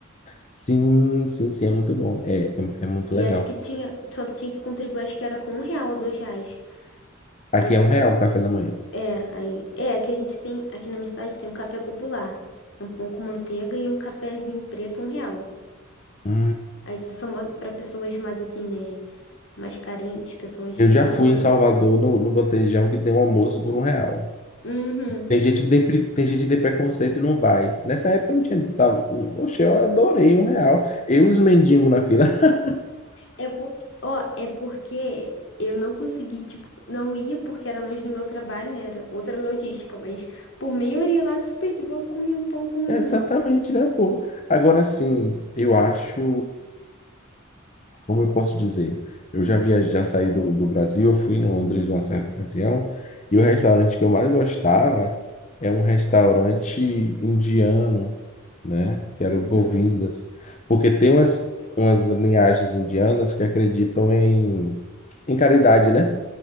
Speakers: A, on the left; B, on the left.
A: Sim, sim, sim, é muito bom. É, é, é muito
B: E
A: legal.
B: acho que tinha, só que tinha que contribuir, acho que era com um real ou dois reais.
A: Aqui
B: Aí,
A: é um real o café da manhã.
B: é, aí, é, aqui a gente tem, aqui na minha cidade tem um café popular. É um pão com manteiga e um cafezinho preto, um real.
A: Hum.
B: Aí isso são ma- pessoas mais assim, né? Mais carentes, pessoas de
A: Eu
B: rua.
A: já fui em Salvador no, no bandejão que tem um almoço por um real.
B: Uhum.
A: Tem gente que tem, pre- tem gente que tem preconceito e não vai. Nessa época eu não tinha. Tava, poxa, eu adorei um real. Eu e os mendigos na fila. <laughs>
B: É porque Ó, é porque eu não consegui, tipo, não ia porque era longe do meu trabalho, né? Era outra logística, mas por mim eu iria lá super de boa, comia um pão com.
A: É exatamente, né, o povo? Agora sim, eu acho. como eu posso dizer? Eu já viajei, já saí do, do Brasil, eu fui em Londres uma certa ocasião, e o restaurante que eu mais gostava é um restaurante indiano, né? Que era
B: Uhum,
A: o Govindas. Porque tem umas, umas linhagens indianas que acreditam em, em caridade, né?